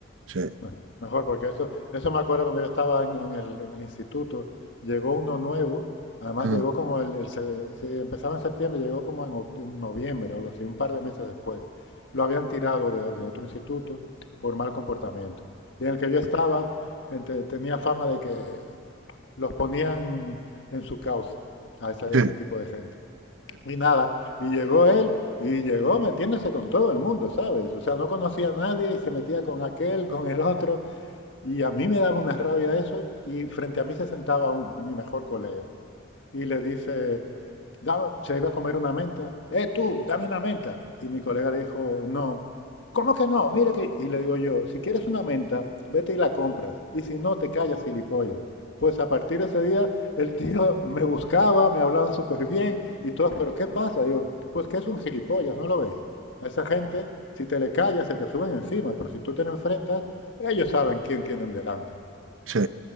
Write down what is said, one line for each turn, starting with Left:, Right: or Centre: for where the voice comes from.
Right: Sí.
Left: Bueno, mejor, porque eso, eso me acuerdo cuando yo estaba en, en el, en el instituto, llegó uno nuevo, además
Right: Sí.
Left: llegó como el, el se- si empezaba en septiembre, llegó como en, oc- en noviembre o algo así, un par de meses después. Lo habían tirado de, de otro instituto por mal comportamiento. Y en el que yo estaba, ente- tenía fama de que los ponían en su cauce a esa- ese
Right: Sí,
Left: tipo de gente. Y nada, y llegó él y llegó metiéndose con todo el mundo, ¿sabes? O sea, no conocía a nadie y se metía con aquel, con el otro, y a mí me daba una rabia eso y frente a mí se sentaba un- mi mejor colega y le dice, Dame- se iba a comer una menta. ¡Eh, tú, dame una menta! Y mi colega le dijo, no. ¿Cómo que no? Mira que... Y le digo yo, si quieres una menta, vete y la compras. Y si no, te callas, gilipollas. Pues a partir de ese día, el tío me buscaba, me hablaba súper bien y todo. ¿Pero qué pasa? Digo, pues que es un gilipollas, ¿no lo veis. A esa gente, si te le callas, se te suben encima. Pero si tú te le enfrentas, ellos saben quién tienen delante.
Right: sí,